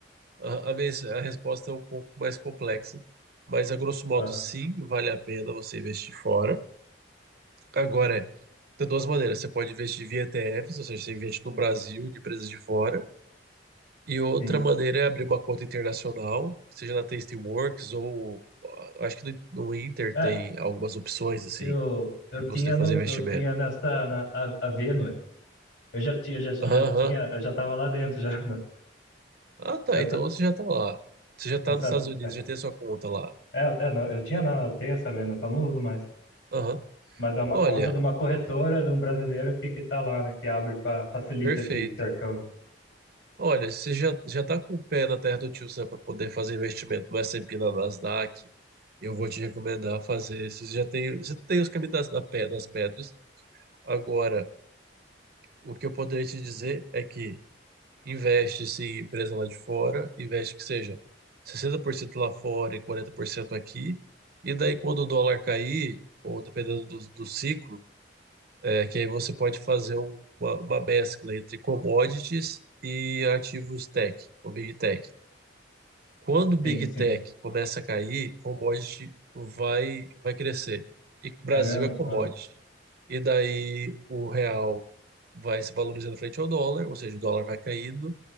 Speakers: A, on the right; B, on the left.
A: A, a minha, a resposta é um pouco mais complexa. Mas, a grosso modo,
B: Aham,
A: sim, vale a pena você investir fora. Agora, é, tem duas maneiras. Você pode investir via ETFs, ou seja, você investe no Brasil, de empresas de fora. E outra
B: sim.
A: maneira é abrir uma conta internacional, seja na Tastyworks ou ah, acho que no, no Inter
B: É,
A: tem algumas opções assim
B: eu, eu
A: de você
B: tinha,
A: fazer
B: no,
A: investimento.
B: eu tinha nessa, na, a, a Venue, eu já tinha, já, já
A: Aham. aham.
B: tinha, eu já tava lá dentro, já, <laughs> né?
A: Ah, tá.
B: Que essa,
A: Então você já tá lá. Você já tá
B: essa,
A: nos Estados Unidos,
B: é,
A: já tem a sua conta lá.
B: é, é, não, eu tinha não, eu tenho essa Venue, só não uso mais.
A: Aham.
B: mas é uma
A: Olha,
B: conta de uma corretora de um brasileiro que que tá lá, né? Que abre para facilita
A: perfeito.
B: esse intercâmbio.
A: Olha, você já, já tá com o pé na terra do tio Sam para poder fazer investimento no S&P, na Nasdaq. Eu vou te recomendar fazer. Você já tem, você tem os caminhos das, da, pe- das pedras. Agora, o que eu poderia te dizer é que investe-se em empresa lá de fora, investe que seja 60% lá fora e 40% aqui, e daí quando o dólar cair, ou dependendo do, do ciclo, é, que aí você pode fazer um- uma, uma mescla entre commodities e ativos tech, ou big tech. Quando o Big
B: Sim, sim.
A: Tech começa a cair, commodity vai, vai crescer. E o Brasil
B: É mesmo?
A: é commodity.
B: Ah,
A: E daí o real vai se valorizando frente ao dólar, ou seja, o dólar vai caindo